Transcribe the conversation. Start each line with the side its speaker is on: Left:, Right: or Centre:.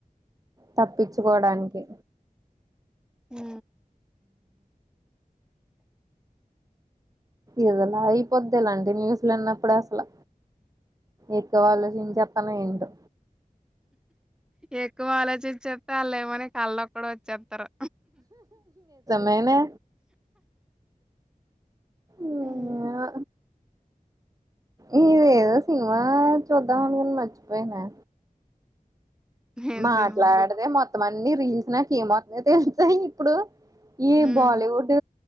Right: తప్పించుకోవడానికి
Centre: హ్
Right: ఏదోలా అయిపోద్ది ఇలాంటి న్యూస్ వినపుడ్ అసలు ఎక్కువ ఆలోచించేతను ఏంటో
Centre: ఎక్కువ ఆలోచించేస్తే ఆలు ఏమో నీ కలోకి కూడా వచ్చేస్తారు
Right: నేనే ఏమో
Centre: హ్మ్.
Right: ఇది ఏదో సినిమా చూద్దామానుకుని మర్చిపోయినే
Centre: ఏం
Right: మాట్లాడితే
Centre: సినిమా?
Right: మొత్తం అన్ని రీల్స్ నాకు ఏంవత్సన్నాయో తెలుసా ఇప్పుడు ఈ
Centre: హ్మ్.
Right: బాలీవుుడ్